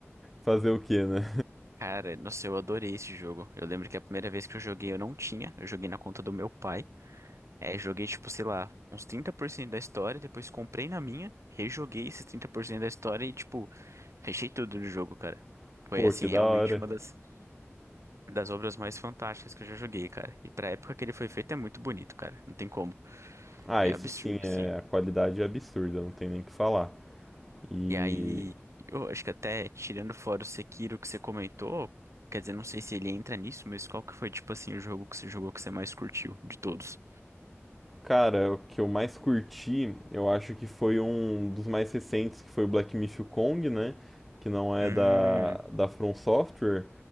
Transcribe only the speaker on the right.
Cara, nossa, eu adorei esse jogo. Eu lembro que a primeira vez que eu joguei eu não tinha, eu joguei na conta do meu pai. É, joguei, tipo, sei lá, uns 30% da história, depois comprei na minha, rejoguei esses 30% da história e, tipo, fechei tudo do jogo, cara.
Foi,
assim,
realmente
uma das, das obras mais fantásticas que eu já joguei, cara. E pra época que ele foi feito é muito bonito, cara. Não tem como.
É
absurdo,
assim.
E aí, eu acho que até tirando fora o Sekiro que você comentou, quer dizer, não sei se ele entra nisso, mas qual que foi, tipo assim, o jogo que você jogou que você mais curtiu de todos?
Hum,